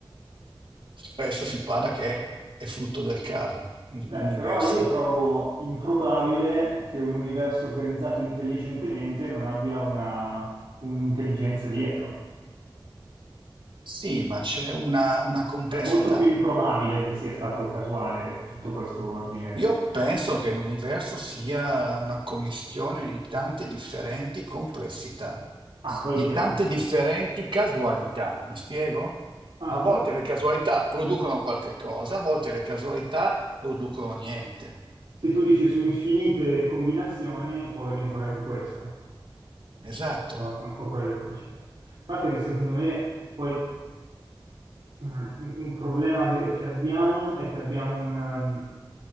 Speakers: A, on the right; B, on the right.
A: spesso si parla che è frutto del caso, il-
B: Beh,
A: l'universo.
B: però io trovo improbabile che un universo organizzato intelligentemente non abbia una, un'intelligenza dietro.
A: Sì, ma c'è una, una complessità.
B: Cioè, è molto più improbabile che sia stato casuale tutto questo ordine.
A: Io penso che l'universo sia una commistione di tante differenti complessità,
B: Ah, quello
A: di
B: c'è.
A: tante
B: sempre.
A: differenti casualità. Mi spiego?
B: Ah,
A: A volte
B: ah.
A: le casualità producono qualche cosa, a volte le casualità producono niente.
B: Se tu dici su infinite combinazioni, può venire fuori anche questa.
A: Esatto.
B: È un po' quello il concetto. A parte che secondo me poi mh, un un problema che, che abbiamo è che abbiamo un, um,